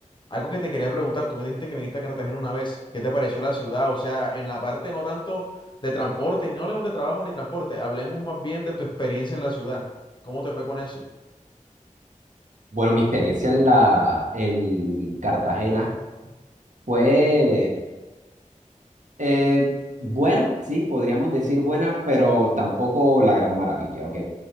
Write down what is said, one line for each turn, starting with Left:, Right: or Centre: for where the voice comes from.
Left: Algo que te quería preguntar, tú me dijiste que viniste a Cartagena una vez, ¿qué te pareció la ciudad? O sea, en la parte no tanto de transporte, no hablemos de trabajo ni transporte, hablemos más bien de tu experiencia en la ciudad. ¿Cómo te fue con eso?
Right: Bueno, mi experiencia en la, en Cartagena fue eh, buena, sí, podríamos decir buena, pero tampoco la gran maravilla, ¿ok?